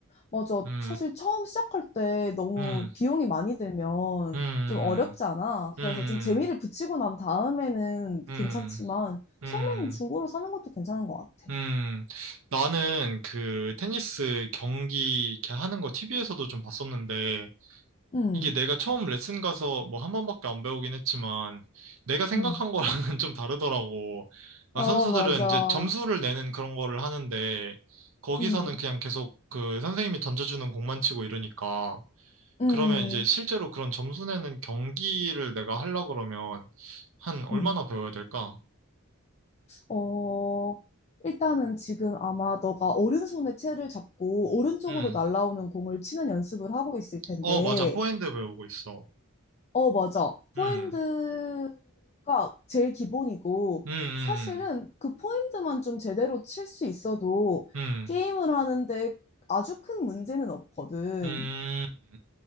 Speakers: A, on the left (about 30°); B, on the right (about 65°).
A: 맞아.
B: 음,
A: 사실 처음 시작할 때 너무
B: 음,
A: 비용이 많이 들면
B: 음,
A: 좀 어렵지 않아.
B: 음,
A: 그래서 좀 재미를 붙이고 난 다음에는
B: 음,
A: 괜찮지만
B: 음,
A: 처음에는 중고로 사는 것도 괜찮은 것 같아.
B: 음. 나는 그 테니스 경기 이렇게 하는 거 TV에서도 좀 봤었는데,
A: 음.
B: 이게 내가 처음 레슨 가서 뭐 한 번밖에 안 배우긴 했지만 내가 생각한
A: 음.
B: 거랑은 <laughs> 좀 다르더라고. 아,
A: 어,
B: 선수들은
A: 맞아.
B: 이제 점수를 내는 그런 거를 하는데 거기서는
A: 음.
B: 그냥 계속 그 선생님이 던져주는 공만 치고 이러니까
A: 음.
B: 그러면 이제 실제로 그런 점수 내는 경기를 내가 하려 그러면 한 얼마나
A: 음.
B: 배워야 될까?
A: 어, 일단은 지금 아마 너가 오른손에 채를 잡고 오른쪽으로
B: 음.
A: 날아오는 공을 치는 연습을 하고 있을 텐데
B: 어, 맞아. 포핸드 배우고 있어.
A: 어, 맞아. 포핸드가
B: 음.
A: 제일 기본이고,
B: 음.
A: 사실은 그 포핸드만 좀 제대로 칠 수 있어도
B: 음.
A: 게임을 하는데 아주 큰 문제는 없거든.
B: 음.